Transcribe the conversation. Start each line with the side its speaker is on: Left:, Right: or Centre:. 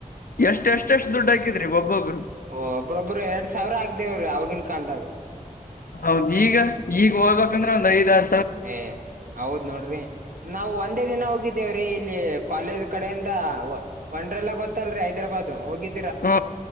Left: ಎಷ್ಟ ಎಷ್ಟಷ್ಟು ದುಡ್ಡು ಹಾಕಿದ್ರಿ ಒಬ್ಬೊಬರು
Right: ಓ ಒಬ್ಬ್ರೊಬ್ರು ಎರಡ್ ಸಾವಿರ ಆಗ್ದೇವ್ರಿ ಅವಾಗಿನ್ ಕಾಲ್ದಾಗ
Left: ಹೌದ ಈಗ ಈಗ ಹೋಗ್ಬೇಕಂದ್ರೆ ಒಂದ್ ಐದ್ ಆರ
Right: ಏ ಹೌದ್ ನೋಡ್ರಿ ನಾವು ಒಂದ ಒಂದೇ ದಿನ ಹೋಗಿದ್ದೇವ್ರೀ ಇಲ್ಲಿ ಕಾಲೇಜ್ ಕಡೆಯಿಂದ ವಂಡರ್ ಲಾ ಗೊತ್ತಲ್ರಿ ಹೈದರಾಬಾದ್ ಹೋಗಿದ್ದ
Left: ಹ್ಮ